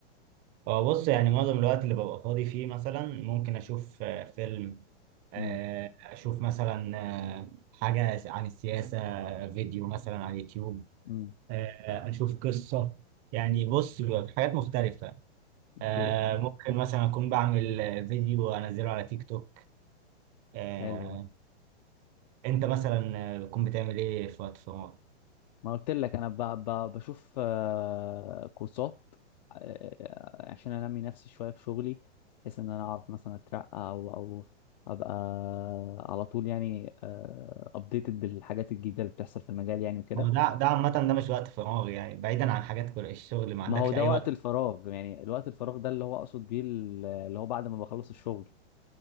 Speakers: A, on the right; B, on the left.
A: هو بص يعني معظم الوقت اللي ببقى فاضي فيه مثلا ممكن اشوف آه، فيلم آه،
B: امم
A: اشوف مثلا آه، حاجة عن السياسة آه، فيديو مثلا على اليوتيوب
B: امم
A: آه، اشوف قصة يعني بص بيبقى في حاجات مختلفة
B: اوكي
A: آه، ممكن مثلا اكون بعمل آه، فيديو انزله على تيك توك آه،
B: حلو ده
A: انت مثلا آه، بتكون بتعمل ايه في وقت فراغك
B: ما قلت لك انا ب... ب... بشوف آه، كورسات آه، آه، عشان انمي نفسي شويه في شغلي بحيث ان انا اعرف مثلا اترقى او او ابقى على طول يعني ابديتد بالحاجات الجديده اللي بتحصل في المجال يعني وكده
A: هو ده ده عامة ده مش وقت فراغ يعني بعيدا عن حاجات كل الشغل ما عندكش
B: ما هو ده
A: أي
B: وقت
A: وقت
B: الفراغ يعني الوقت الفراغ ده اللي هو اقصد بيه ال- اللي هو بعد ما بخلص الشغل